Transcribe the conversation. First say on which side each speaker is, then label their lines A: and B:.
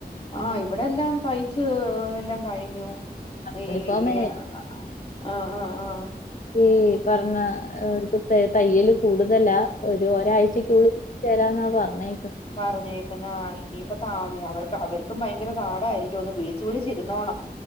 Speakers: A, on the left; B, on the left.
A: ആഹ് ഇവടെ എല്ലാം തയ്ച്ച് എല്ലാം കഴിഞ്ഞു ഈ
B: യൂണിഫോമേ
A: എ അ അ ആ
B: ക്ക് ഈ പറഞ്ഞ അവർക്ക് തയ്യല് കൂടുതലാ ഒരു ഒരാഴ്ചക്കുള്ളിൽ ചേരാന്നാ പ പറഞ്ഞേ
A: പറഞ്ഞേക്കുന്നാ ആ ഇനിയിപ്പം താ അവർക്ക് അവർ ക്ക് ഭയങ്കര താടായിരിക്കും ഒന്ന് വിളിച്ചു വിളിച്ചിരുന്നോണം